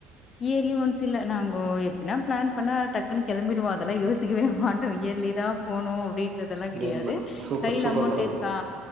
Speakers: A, on the left; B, on the right.
A: இயர்லி ஒன்ஸ் இல்ல நாங்கோ எப்டினா பிளான் பண்ணா டக்குன்னு கிளம்பிடுவோ அதெல்லா யோசிக்கவே மாட்டோ மாட்டோ இயர்லி தா போன்ணு அப்டின்றதெல்லா
B: அப்டிங்களா
A: கிடையாது
B: சூப்பர்
A: கையில
B: சூப்பர்
A: அமௌண்ட்
B: மேடம்
A: இருக்கா